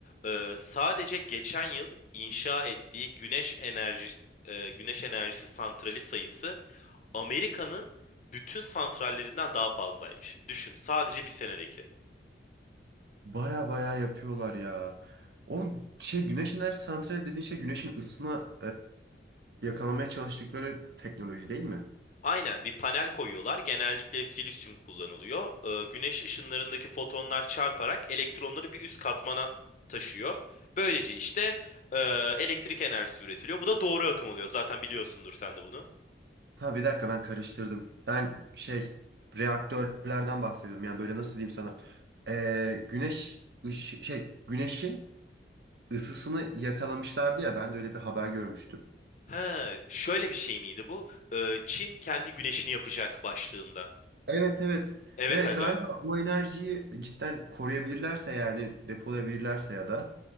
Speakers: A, on the left; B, on the right.
A: Ee, sadece geçen yıl inşa ettiği güneş enerji e, güneş enerjisi santrali sayısı Amerika'nın bütün santrallerinden daha fazlaymış. Düşün, sadece bir senedeki.
B: Baya baya yapıyorlar ya. O şey güneş enerji santrali dediğin şey güneşin ısısına e, yakalamaya çalıştıkları teknoloji değil mi?
A: Aynen bir panel koyuyorlar. Genellikle silisyum kullanılıyor. Ee, güneş ışınlarındaki fotonlar çarparak elektronları bir üst katmana taşıyor. Böylece işte e, elektrik enerjisi üretiliyor. Bu da doğru akım oluyor. Zaten biliyorsundur sen de bunu.
B: Ha bir dakika ben karıştırdım. Ben şey reaktörlerden bahsediyorum. Yani böyle nasıl diyeyim sana? E, güneş ışı- şey güneşin ısısını yakalamışlardı ya ben de öyle bir haber görmüştüm.
A: Ha, şöyle bir şey miydi bu? Ee, Çin kendi güneşini yapacak başlığında.
B: Evet evet.
A: Evet
B: Ve
A: aga,
B: galiba bu enerjiyi cidden koruyabilirlerse yani depolayabilirlerse ya da